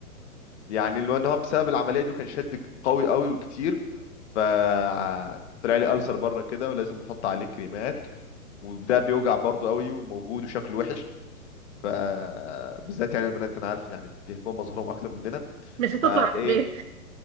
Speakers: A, on the left; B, on the right.
A: يعني اللي هو ان هو بسبب العمليه دي كان شد قوي قوي وكتير فطلع لي ألسر بره كده ولازم بحط عليه كريمات وده بيوجع برضه قوي وموجود وشكله وحش ف بالذات يعني البنات انا عارف يعني بيهمهم مظهرهم اكتر مننا
B: مش هتطلع
A: فايه
B: من البيت